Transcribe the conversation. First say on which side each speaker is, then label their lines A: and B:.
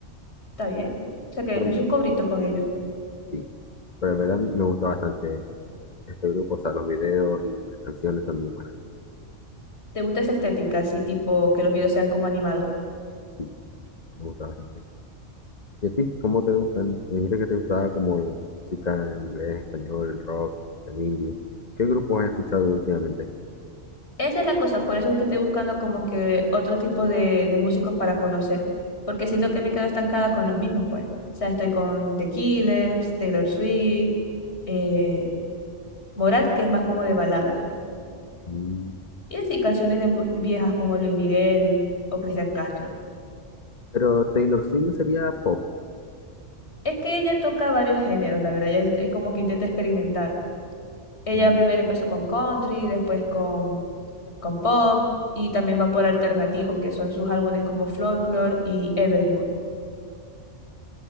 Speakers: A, on the left; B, on the left.
A: ¿Está bien? O sea, que han
B: Pero
A: hecho sus cobritos con ellos.
B: sí, pero en verdad me gusta bastante este grupo, o sea, los videos y las canciones son muy buenas.
A: ¿Te gusta esa estética, así tipo que los videos sean como animados?
B: Sí, me gusta bastante. ¿Y a ti? ¿Cómo te gustan? Me dijiste que te gustaba como la música en inglés, español, el rock, el indie. ¿Qué grupos has escuchado últimamente?
A: Esa es la cosa, por eso es que estoy buscando como que otro tipo de, de músicos para conocer, porque siento que me quedo estancada con los mismos, pues. O sea, estoy con The Killers, Taylor Swift, eh, Morat, que es más como de balada,
B: Mm,
A: y así canciones de mu- viejas como Luis Miguel o Cristian Castro.
B: Pero Taylor Swift no sería pop.
A: Es que ella toca varios géneros, la verdad, ella este, como que intenta experimentar. Ella
B: Mm,
A: primero empezó con country, después con, con pop, y también va por alternativo, que son sus álbumes como Folklore y Evermore.